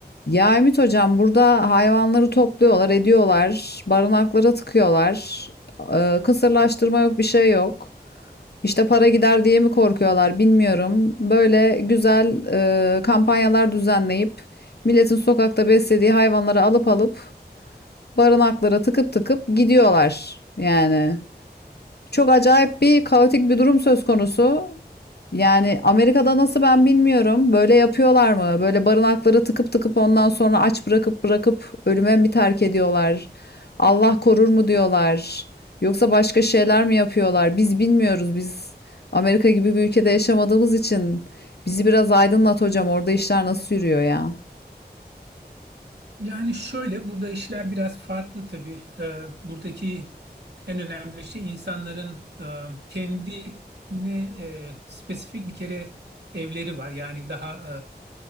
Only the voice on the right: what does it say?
Yani şöyle burada işler biraz farklı tabii. Ee, buradaki en önemli şey insanların e, kendine e, spesifik bir kere evleri var. Yani daha